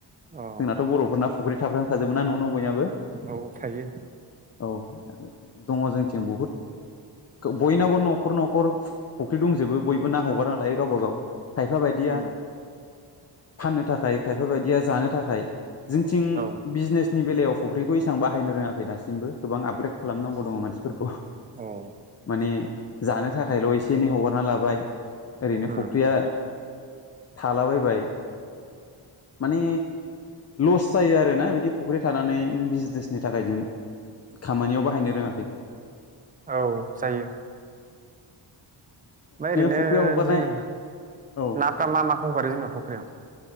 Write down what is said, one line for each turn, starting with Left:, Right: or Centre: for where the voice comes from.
Right: अ
Left: जोंनाथ बर'फोरना फुख्रि थाबफ्राम खाजोबोना न' न' बयनाबो
Right: औ थायो।
Left: औ दङ जोंथि बुहुद बनावबो न' खर न'खर फुख्रि दंजोबो बयबो ना हगारना लायो गावबा गाव। खायफा बायदिया
Right: उम
Left: फाननो थाखाय खायफा बायदिया जानो थाखाय जोंनिथिं
Right: औ
Left: बिजनेसनि बेलायाव फख्रिखौ एसां बाहायनो रोङाखै दासिमबो गोबां आपग्रेड खालामनांगौ दं मानसि फोरखौ
Right: औ
Left: माने जानोे थाखा खायल एसे एनै हगारना लाबाय। ओरैनो
Right: उम
Left: फुख्रिया थालाबायबाय माने लस जायो आरोना बिदि फुख्रि थानानै बिजनेसनि थाखाय जों खामानियाव बाहायनो रोङाखै।
Right: औ जायो। ओमफ्राय ओरैनो
Left: फुख्रियाव हगारनाय
Right: जेनेबा
Left: औ
Right: नाफ्रा मा माखौ हगारो जेनेबा फ <unintelligible>